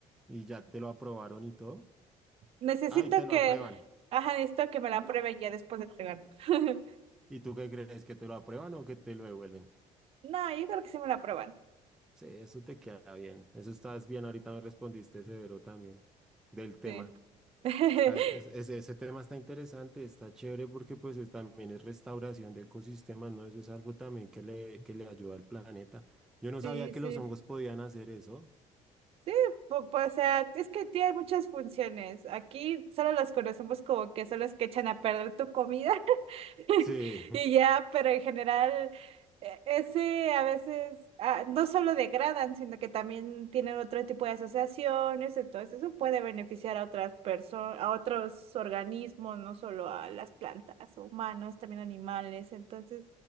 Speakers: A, in the centre; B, on the right.
A: ¿Y ya te lo aprobaron y todo?
B: Necesito
A: Ah, y te lo
B: que,
A: aprueban.
B: ajá, necesito que me la aprueben ya después de entregarlo. <laughs>
A: ¿Y tú qué crees? ¿Que te lo aprueban o que te lo devuelven?
B: No, yo creo que sí me la aprueban.
A: Sí, eso te queda bien. Eso estás bien. Ahorita me respondiste severo también del tema.
B: Sí. <laughs>
A: Está, es- ese, ese tema está interesante, está chévere porque pues es- también es restauración de ecosistemas, ¿no? Eso es algo también que le, que le ayuda al planeta. Yo no
B: Sí,
A: sabía que
B: sí.
A: los hongos podían hacer eso.
B: Sí, pu- pues, o sea, es que tiene muchas funciones. Aquí solo las conocemos como que son las que echan a perder tu comida. <laughs>
A: Sí.
B: Y ya, pero en general, e- ese a veces ah, no solo degradan, sino que también tienen otro tipo de asociaciones, entonces eso puede beneficiar a otras personas, a otros organismos, no solo a las plantas, humanos, también animales, entonces